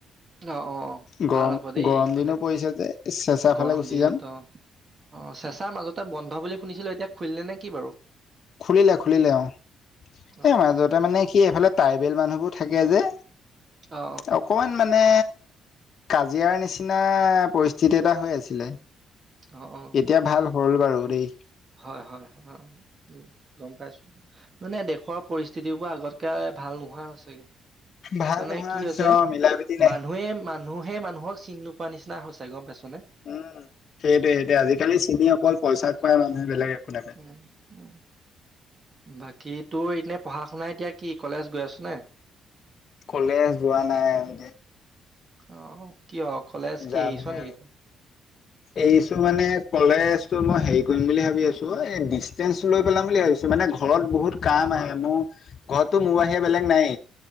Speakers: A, on the right; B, on the left.
A: অ অ
B: গৰম
A: ভাল হ'ব দেই
B: গৰম
A: মানে
B: দিনো পৰিছে যে চেঁচা
A: গৰম
B: ফালে গুচি
A: দিনত
B: যাম
A: অ, অ চেঁচা মাজতে বন্ধ বুলি শুনিছিলো এতিয়া খুলিলে নেকি বাৰু?
B: খুলিলে খুলিলে অ,
A: অ
B: এ মাজতে
A: অ
B: মানে কি এইফালে ট্ৰাইবেল মানুহবোৰ থাকে যে,
A: অ
B: অকমান মান মানে কাজিয়াৰ নিচিনা পৰিস্থিতি এটা হৈ আছিলে।
A: অ অ।
B: এতিয়া ভাল হ'ল বাৰু দেই।
A: হয় হয় হয়। উম গম পাইছো। মানে দেশৰ পৰিস্থিতিবোৰ আগতকে ভাল নোহোৱা হৈছেগে।
B: ভাল
A: মানে
B: নোহোৱা
A: কি হৈছে,
B: অ মিলা প্ৰীতি নাই
A: মানুহে মান মানুহে মানুহক চিনি নোপোৱা নিচনা হৈছে, গম পাইছো
B: উম সেইটোৱে সেইটোৱে আজিকালি চিনি অকল পইচা প মানুহে বেলেগ একো নাপায়।
A: উম, উম। বাকী তোৰ এনে পঢ়া শুনাাই এতিয়া কি কলেজ গৈ আছো নে?
B: কলে যোৱা নাই।
A: অ। কিয় কলেজ কি
B: যামহে
A: এৰিছ নেকি
B: আৰু,
A: তই?
B: এৰিচো মানে কলেজ তো মই হেৰি কৰিম বুলি ভাবি আছো, এ ডিচেন্ঞ্চ লৈ পেলাম বুলি ভাবিছো মানে ঘৰত বহুত কাম মোৰ ঘৰতো মোৰ বাহিৰে বেলেগ নাই।